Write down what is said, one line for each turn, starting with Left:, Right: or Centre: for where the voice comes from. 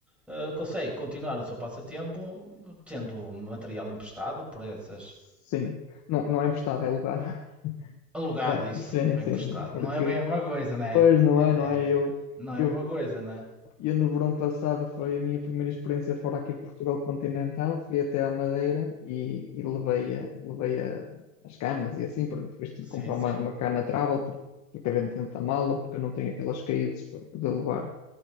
Centre: eh, consegue continuar o seu passatempo tendo material emprestado por essas.
Left: Sim. Não, não é emprestado, é alugado.
Centre: Alugado,
Left: É,
Centre: isso,
Left: sim,
Centre: foi
Left: sim,
Centre: emprestado.
Left: porque
Centre: Não é bem a mesma coisa, não é?
Left: pois não
Centre: É,
Left: é, não é? Eu,
Centre: Não é
Left: eu,
Centre: a mesma coisa, não é?
Left: eu no verão passado foi a minha primeira experiência fora aqui de Portugal continental, fui até à Madeira e, e levei, a, levei a- as camas e assim, pronto, depois tive
Centre: Sim,
Left: que comprar
Centre: sim,
Left: uma, uma cana travel porque, porque dentro da mala, porque eu não tenho aquelas caídas para poder levar